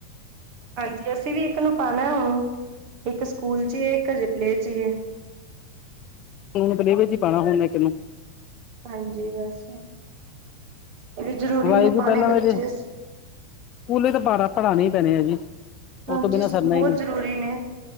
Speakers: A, on the right; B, on the left.
A: ਹਾਂਜੀ ਅਸੀਂ ਵੀ ਇੱਕ ਨੂੰ ਪਾਉਣਾ ਹੁਣ ਇੱਕ ਸਕੂਲ ਚ ਹੀ ਏ ਇੱਕ ਜਿਪਲੇ ਚ ਹੀ ਏ।
B: ਹੁ ਪਲੇਵੇ ਚ ਹੀ ਪਾਉਣਾ ਹੁ ਮ ਇੱਕਨ ਨੂੰ
A: ਹਾਂਜੀ ਬਸ ਇਹ ਵੀ ਜਰੂਰੀ
B: ਵਾਈਫ
A: ਨੇ
B: ਵੀ
A: ਪਾਣੇ
B: ਪਹਿਲਾਂ
A: ਬੱਚੇ।
B: ਮੇਰੇ ਸਕੂਲੇ ਤਾਂ ਬਾਰਾ ਪੜ੍ਹਾਣੇ ਹੀ ਪੈਣੇ ਆ ਜੀ।
A: ਹਾਂਜੀ
B: ਉਹ ਤੋਂ ਬਿਨਾਂ ਸਰਨਾ
A: ਬਹੁਤ
B: ਹੀ ਨਹੀਂ
A: ਜ਼ਰੂਰੀ ਨੇ